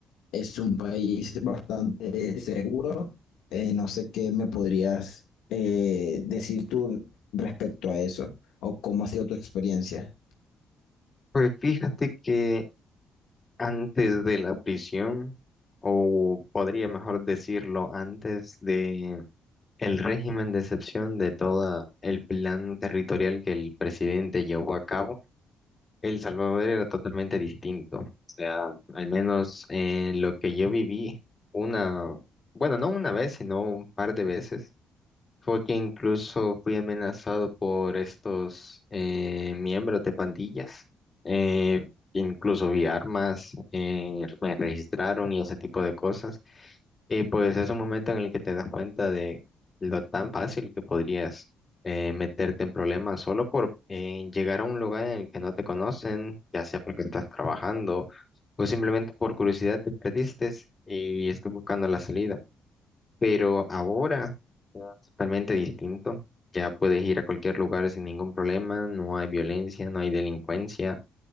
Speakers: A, on the left (about 85°); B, on the left (about 30°).
A: es un país bastante seguro. Eh, no sé qué me podrías eh, decir tú respecto a eso o cómo ha sido tu experiencia.
B: Pues fíjate que antes de la prisión, o podría mejor decirlo, antes de el régimen de excepción de todo el plan territorial que el presidente llevó a cabo, El Salvador era totalmente distinto. O sea, al menos en lo que yo viví, una, bueno, no una vez, sino un par de veces, fue que incluso fui amenazado por estos eh, miembros de pandillas. Eh, incluso vi armas, eh, me registraron y ese tipo de cosas. Y pues es un momento en el que te das cuenta de lo tan fácil que podrías eh, meterte en problemas solo por eh, llegar a un lugar en el que no te conocen, ya sea porque estás trabajando o simplemente por curiosidad te perdiste y estás buscando la salida. Pero ahora es totalmente distinto. Ya puedes ir a cualquier lugar sin ningún problema, no hay violencia, no hay delincuencia.